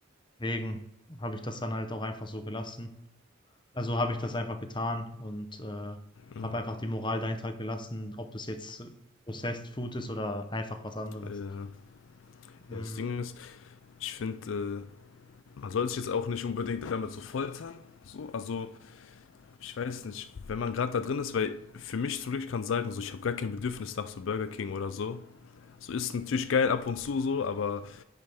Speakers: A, on the left; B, on the left.
A: Deswegen habe ich das dann halt auch einfach so gelassen. Also habe ich das einfach getan und äh,
B: Mhm.
A: habe einfach die Moral dahinter gelassen, ob das jetzt Processed Food ist oder einfach was anderes.
B: Äh,
A: Mm,
B: ja, das Ding ist, ich finde, man soll sich jetzt auch nicht unbedingt damit so foltern. So. Also, ich weiß nicht, wenn man gerade da drin ist, weil für mich zum Glück kann ich sagen, so, ich habe gar kein Bedürfnis nach so Burger King oder so. So ist natürlich geil ab und zu so, aber